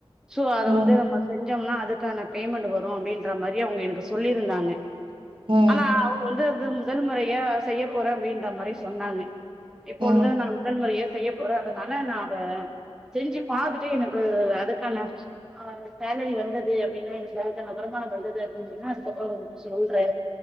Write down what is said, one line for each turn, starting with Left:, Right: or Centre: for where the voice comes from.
Centre: சோ அத
Right: ம்
Centre: வந்து நம்ம செஞ் டோம்னா அதுக்கான பேமெண்ட் வரோ அப்டின்ற மாதிரி அவங்க எனக்கு சொல்லியிருந்தாங்க
Right: ம்
Centre: ஆனா அவங்க வந்து முதல் முறையா செய்ய போறே அப்டின்ற மாதிரி சொன்னாங்க இப்பொழுது
Right: ம்
Centre: நா முதல் முறையா செய்ய போறே அதனால நா அத செஞ்சு பாத்துட்டு எனக்கு அதுக்கான அ சேலரி வந்தது அப்டின்னா எனக்கு வருமானோ வந்தது அப்டின்னா அதுக்கப்புறோ சொல்றே